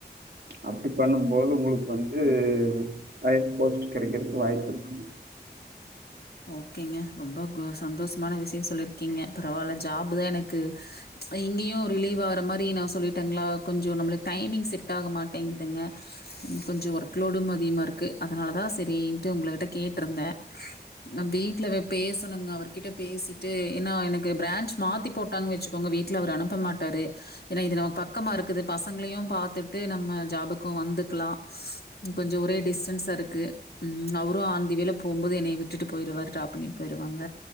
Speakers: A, on the right; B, on the left.
A: அப்டி பண்ணும்போது உங்களுக்கு வந்து ஹயர் போஸ்ட் கெடைக்கிறக்கு வாய்ப்பு இருக்கும்
B: ஓகேங்க ரொம்ப கு சந்தோஷமான விஷய சொல்லிருக்கீங்க பரவால்ல ஜாப் தா எனக்கு சோ இங்கேயு ரிலீவ் ஆகுற மாரி நா சொல்லிட்டேங்களா கொஞ்சோ நம்மளுக்கு டைமிங் செட் ஆக மாட்டேங்கிதுங்க கொஞ்சோ ஒர்க்லோடும் அதிகமா இருக்கு அதனால தா சரின்ட்டு உங்களட்ட கேட்டிருந்தே நா வீட்லவே பேசணுங்க அவர் கிட்ட பேசிட்டு ஏன்னா எனக்கு பிரான்ஞ்ச் மாத்தி போட்டாங்க வச்சுக்கோங்க வீட்டுல அவர் அனுப்ப மாட்டாரு ஏன்னா இது நம்ம பக்கமா இருக்குது பசங்களையு பாத்துட்டு நம்ம ஜாபுக்கு வந் துக்கலா கொஞ்சோ ஒரே டிஸ்டன்ஸா இருக்கு ம் அவரு ஆன் தி வேல போம்போது என்னைய விட் டுட்டு போயிருவாரு டிராப் பண்ணிட்டு போயிருவாங்க